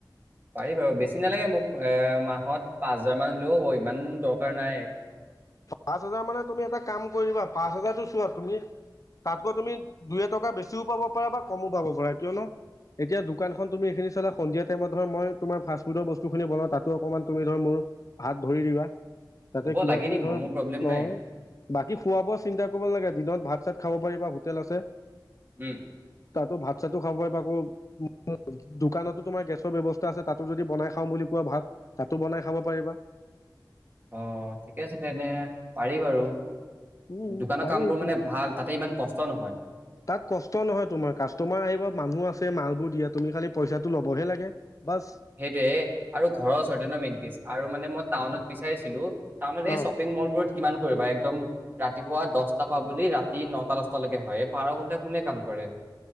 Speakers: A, on the right; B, on the left.
A: পাৰি বাৰু, বেছি নালাগে মোক এ মাহত পাঁচ হাজাৰ মান হ'লেও হ'ব। ইমান দৰকাৰ নাই।
B: পাঁচ হাজাৰ মানে তুমি এটা কাম কৰিবা, পাঁচ হাজাৰ চোৱা তুমি তাতকৈ তুমি দুই-এটকা বেছিও পাব পাৰা বা কমো পাব পাৰা। কিয়নো এতিয়া দোকানখন তুমি এইখিনি চালে সন্ধিয়া টাইমত মই তোমাৰ ফ্ৰাষ্ট ফুটৰ বস্তুখিনি বনাও তাতো অকমান তুমি ধৰা মোৰ হাত ধৰি দিবা। তাতে
A: হ'ব
B: কিবা-কিবি
A: লাগি দিম
B: ধৰক
A: মই মোৰ প্ৰব্লেম নাই,
B: অ'। বাকী খোৱা-বোৱা চিন্তা কৰিব নালাগে। দিনত ভাত-চাত খাব পাৰিবা হোটেল আছে।
A: উম।
B: তাতো ভাত-চাতো খাব পাৰিবা। আকৌ <unintelligible> দোকানতো তোমাৰ গেছৰ ব্যৱস্থা আছে। তাতো যদি বনাই খাওঁ বুলি কোৱা ভাত, তাতো বনাই খাব পাৰিবা।
A: অ' ঠিকে আছে তেনে। পাৰি বাৰু।
B: উম,
A: দোকানৰ
B: পাৰি
A: কামবোৰ
B: ইটো।
A: মানে ভাল তাতে ইমান কষ্ট নহয়।
B: তাত কষ্ট নহয় তোমাৰ, কাষ্টমাৰ আহিব, মানুহ আছে, মালবোৰ দিয়াত তুমি খালি পইচাটো ল'বহে লাগে। বাছ
A: সেইটোয়ে আৰু ঘৰৰ ওচৰতে ন মেইন কেচ আৰু মানে মই টাউনত বিচাৰিছিলো। টাউনত
B: অ
A: এই শ্বপিং মল বোৰত কিমান কৰিবা এক একদম ৰাতিপুৱা দশটাৰ পৰা বুলি ৰাতি নটা-দশটালৈকে হয়। এই বাৰ' ঘন্টা কোনে কাম কৰে?